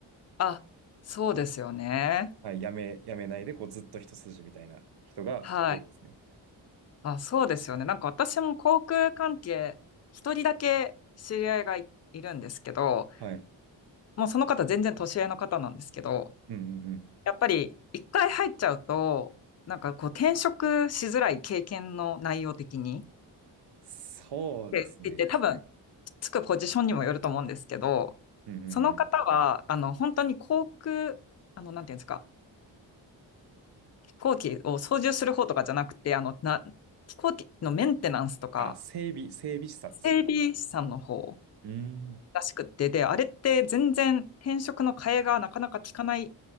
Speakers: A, on the left; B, on the right.
A: あ、そうですよね。
B: はい。辞め、辞めないで、こう、ずっと一筋みたいな人が多いですね。
A: はい。あ、そうですよね。なんか私も航空関係、一人だけ知り合いがい、いるんですけど、
B: はい。
A: もうその方全然年上の方なんですけど、
B: うんうんうん。
A: やっぱり一回入っちゃうと、なんかこう転職しづらい経験の内容的に、
B: そうですね。
A: って言って多分つくポジションにもよると思うんですけど、
B: うんうんうん。
A: その方は、あの、本当に航空、あの、なんていうんですか、飛行機を操縦する方とかじゃなくて、あの、な、飛行機のメンテナンスとか、
B: あ、整備、整備士さんですかね。
A: 整備士さんの方、
B: うーん。
A: らしくって、で、あれって全然転職の替えがなかなか効かない